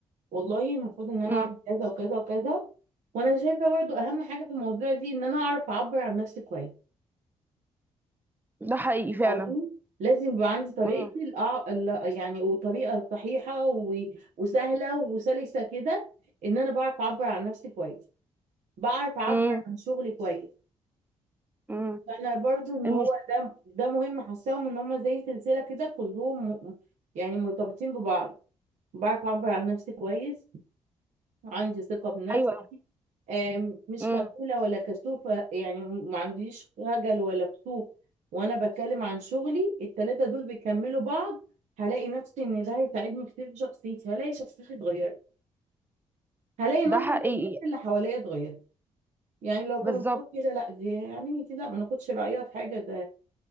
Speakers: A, on the right; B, on the right.
A: والله المفروض ان انا
B: مم.
A: اعمل كذا وكذا وكذا وانا شايفه برضو اهم حاجه في الموضوع دي ان انا اعرف اعبر عن نفسي كويس
B: ده حقيقي فعلا
A: فاهماني لازم يبقى عندي طريقتي
B: مم.
A: الأع... ال- يعني وطريقة صحيحة و... وسهلة وسلسة كده ان انا بعرف اعبر عن نفسي كويس بعرف اعبر
B: مم.
A: عن شغلي كويس
B: مم.
A: فانا برضو ان
B: المش...
A: هو ده ده مهم حاساهم ان هم زي سلسلة كده كلهم م... يعني مرتبطين ببعض بعرف اعبر عن نفسي كويس عندي ثقة بنفسي
B: ايوه
A: آم، مش
B: مم.
A: خجولة ولا كسوفة يعني ما عنديش خجل ولا كسوف وانا بتكلم عن شغلي التلاتة دول بيكملوا بعض هلاقي نفسي ان ده هيساعدني كتير في شخصيتي هلاقي شخصيتي اتغيرت هلاقي نظرة
B: ده حقيقي
A: الناس اللي حواليا اتغيرت يعني لو كانوا
B: بالظبط
A: بيقولوا كده لا دي يعني دي لا ما ناخدش رأيها في حاجة ده